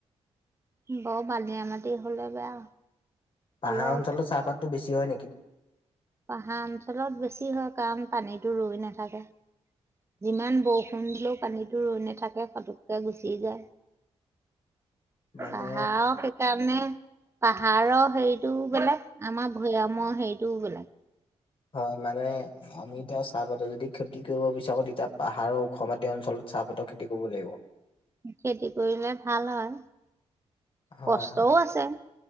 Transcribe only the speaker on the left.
পাহাৰ
অঞ্চলত চাহপাততটো বেছি হয় নেকি?
মানে
হয় মানে আমিত চাহপাতৰ যদি খেতি কৰিব বিচাৰো তেতিয়া পাহাৰৰ ওখ মাতীয় অঞ্চলত চাহপাতৰ খেতি কৰিব লাগিব।
হয়
হয়